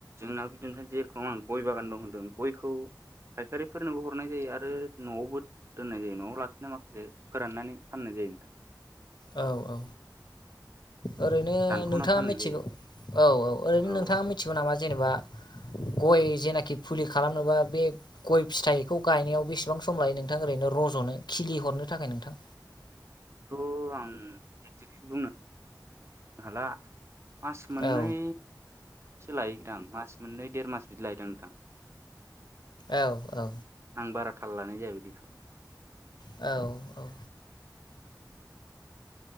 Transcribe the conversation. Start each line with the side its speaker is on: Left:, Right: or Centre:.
Right: आंनाव बिदिथ जेरखम आं गय बागान दं होनदों गयखौ फायखारिफोरनोबो हरनाय जायो आरो न'आवबो दोननाय जायो न'आव लाखिनाय माखासे फोराननानै फाननाय जायो। जायो नोंथां
Left: औ औ ओरैनो
Right: दानखावना
Left: नोंथाङा
Right: फाननाय
Left: मिथिगौ
Right: जायो
Left: औ औ ओरैनो
Right: औ
Left: नोंथाङा मिथिगौ नामा जेनेबा गय जेनाखि फुलि खालामनोबा बे गय फिथाइखौ गायनायाव बेसेबां सम लायो नोंथां ओरै रज'नो खिलि हरनो थाखाय नोंथां।
Right: बेथ' आं बुंनो बुंनो हाला मास मोननै
Left: औ
Right: सो लायोदां मास मोननै देर मास बिदि लायो दां नोंथां।
Left: औ औ
Right: आं बारा थाल लानाय जाया बिदिखौ
Left: औ औ